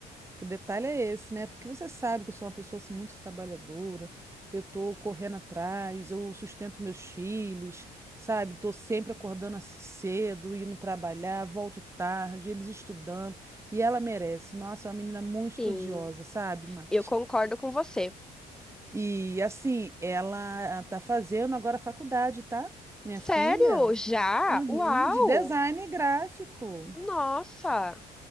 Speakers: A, on the right; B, in the centre.
A: Que detalhe é esse, né? Porque você sabe que eu sou uma pessoa assim muito trabalhadora. Eu tô correndo atrás, eu sustento meus filhos, sabe? Tô sempre acordando assim cedo, indo trabalhar, volto tarde, eles estudando. E ela merece. Nossa, é uma menina muito estudiosa,
B: Sim,
A: sabe, Má?
B: eu concordo com você.
A: E assim, ela tá fazendo agora a faculdade, tá? Minha
B: Sério?
A: filha,
B: Já?
A: Uhum,
B: Uau!
A: de design gráfico.
B: Nossa!